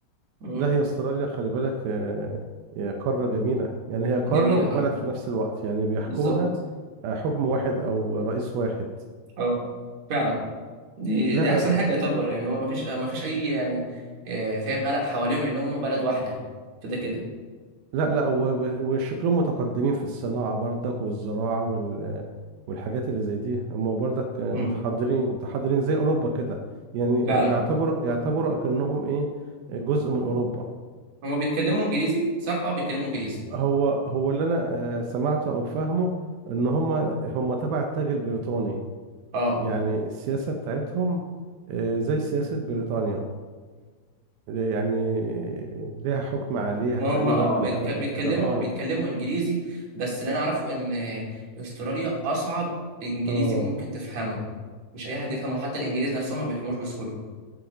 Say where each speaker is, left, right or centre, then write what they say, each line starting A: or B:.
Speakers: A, on the right; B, on the right.
A: مم.
B: لا هي أستراليا خلي بالك آه هي قارة جميلة يعني هي قارة
A: جميله
B: وبلد
A: اه
B: في نفس الوقت يعني بيحكمها
A: بالظبط
B: آه، حكم واحد أو رئيس واحد
A: اه فعلا دي
B: لا
A: دي
B: لا
A: احسن
B: لا
A: حاجه يعتبر يعني هو ما فيش ما فيش اي يعني آه، فاهم قلق حواليهم لان هم بلد واحده كده كده
B: لا لا وب- وشكلهم متقدمين في الصناعة برضك والزراعة وال والحاجات اللي زي دي هم برضك متحضرين
A: مم.
B: متحضرين زي أوروبا كده يعني يعتبر
A: فعلا
B: يعتبروا أكنهم إيه جزء من أوروبا
A: هم بيتكلموا انجليزي صح اه بيتكلموا انجليزي
B: هو هو اللي أنا آه، سمعته أو فاهمه إن هم هم تبع التاج البريطاني
A: اه
B: يعني السياسة بتاعتهم آه، زي سياسة بريطانيا يعني ليها حكم عليها
A: ما
B: تقريبا
A: هم اه بيتك...
B: أو حاجة
A: بيتكلموا
B: زي كده أه
A: بيتكلموا انجليزي بس اللي انا اعرفه ان استراليا اصعب انجليزي
B: <clears throat> اه
A: ممكن تفهمه مش اي حد يفهمه حتى الانجليز نفسهم ما بيفهموش بسهوله